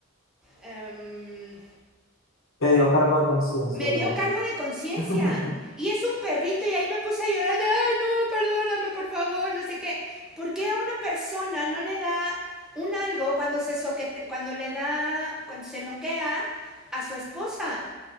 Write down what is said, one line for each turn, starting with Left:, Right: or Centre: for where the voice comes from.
Centre: em,
Left: Te dio cargo de conciencia
Centre: me
Left: luego.
Centre: dio cargo de conciencia.
Left: <laughs>
Centre: Y es un perrito y ahí me puse a llorar de, ay, no, perdóname, por favor, no sé qué. ¿Por qué a una persona no le da un algo cuando se soquete, cuando le da, cuando se noquea a su esposa?